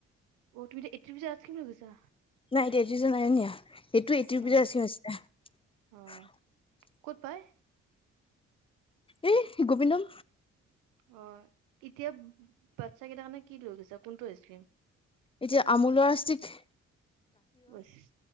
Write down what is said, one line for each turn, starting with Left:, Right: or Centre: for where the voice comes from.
Right: অ তুমি এতিয়া এইট্টি ৰুপিজ আইচক্ৰীম লৈ গৈছা
Left: নাই দে দুজন নাই নিয়া। এইটো
Right: অ
Left: এইট্ৰি ৰূপিছ আছি
Right: অ
Left: আছিলে
Right: ক'ত পাই
Left: এ গোবিন্দম
Right: অ এতিয়া বাচ্ছা কেইটাৰ কাৰণে কি লৈ গৈছা কোনটো আইচ ক্ৰীম
Left: এতিয়া আমোলৰ ছিক
Right: বছ